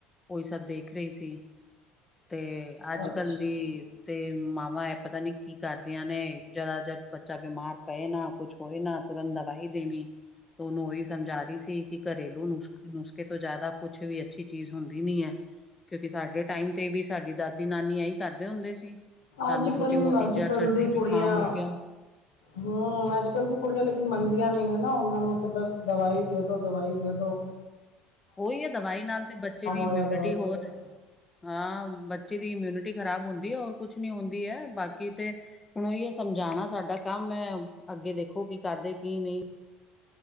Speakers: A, on the left; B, on the left.
A: ਉਹੀ ਸਭ ਦੇਖ ਰਹੀ ਸੀ। ਤੇ ਅੱਜ
B: ਅੱਛਾ
A: ਕੱਲ ਦੀ ਤੇ ਮਾਵਾਂ ਐਹ ਪਤਾ ਨੀ ਕੀ ਕਰਦੀਆਂ ਨੇ ਜਰਾ ਜਦ ਬੱਚਾ ਬਿਮਾਰ ਪਏ ਨਾ ਕੁਛ ਹੋਏ ਨਾ ਤੁਰੰਤ ਦਵਾਈ ਦੇਣੀ। ਉਹਨੂੰ ਉਹੀ ਸਮਝਾ ਰਈ ਸੀ ਕਿ ਘਰੇਲੂ ਨੁਸਖੇ ਨੁਸਖੇ ਤੋਂ ਜਿਆਦਾ ਕੁਛ ਵੀ ਅੱਛੀ ਚੀਜ਼ ਹੁੰਦੀ ਨੀਂ ਆ ਕਿਉਂਕਿ ਸਾਡੇ ਟਾਈਮ ਤੇ ਵੀ ਸਾਡੀ ਦਾਦੀ ਨਾਨੀ ਇਹੀ ਕਰਦੇ ਹੁੰਦੇ ਸੀ। ਸਾਨੂੰ
B: ਅੱਜ
A: ਛੋਟੀ
B: ਕੱਲ
A: ਮੋਟੀ
B: ਅੱਜ
A: ਜਾਂ
B: ਕੱਲ੍ਹ
A: ਸਰਦੀ
B: ਦੀ
A: ਜ਼ੁਕਾਮ
B: ਕੁੜੀਆਂ
A: ਹੋ ਗਿਆ
B: ਹੂੰ ਅੱਜ ਕਲ ਦੀ ਕੁੜੀਆਂ ਲੇਕਿਨ ਮੰਨਦੀਆਂ ਨੀ ਨਾ ਉਹਨਾਂ ਨੂੰ ਤੇ ਬਸ ਦਵਾਈ ਦੇ ਦੋ ਦਵਾਈ ਦੇ ਦੋ
A: ਉਹੀ ਹੈ ਦਵਾਈ ਨਾਲ ਤੇ ਬੱਚੇ ਦੀ ਇਮਿਊਨਿਟੀ
B: ਹੋਇਆ ਦਵਾਈ
A: ਹੋਰ
B: ਦੇ ਦਿਉ
A: ਹਾਂ ਬੱਚੇ ਦੀ ਇਮਿਊਨਿਟੀ ਖ਼ਰਾਬ ਹੁੰਦੀ ਔਰ ਕੁਛ ਨੀ ਹੁੰਦੀ ਐ ਬਾਕੀ ਤੇ ਹੁਣ ੳਹੀੳ ਸਮਝਾਉਣਾ ਸਾਡਾ ਕੰਮ ਐਂ ਅੱਗੇ ਦੇਖੋ ਕੀ ਕਰਦੇ ਕੀ ਨਈਂ